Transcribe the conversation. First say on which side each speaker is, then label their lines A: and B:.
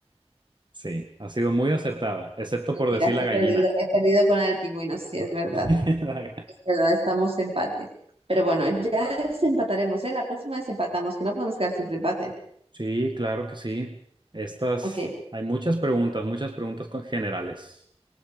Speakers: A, on the right; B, on the right.
A: Sí, ha sido muy acertada, excepto
B: Mentira,
A: por decir
B: sí
A: la gallina.
B: he perdido, he perdido con la del pingüino, sí, es verdad.
A: <laughs>
B: Es verdad, estamos empate. Pero bueno, ya desempataremos, ¿eh? La próxima desempatamos, que no podemos quedar siempre empate.
A: Sí, claro que sí. Estas,
B: Ok,
A: hay muchas preguntas, muchas preguntas con- generales.